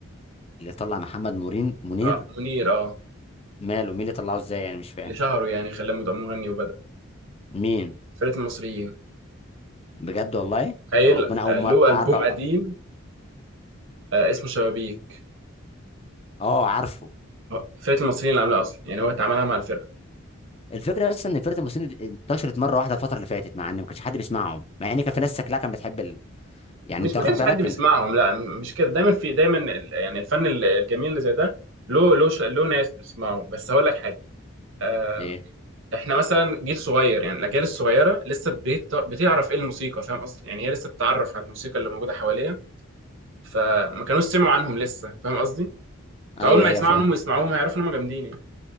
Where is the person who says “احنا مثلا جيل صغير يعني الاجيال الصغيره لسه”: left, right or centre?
Right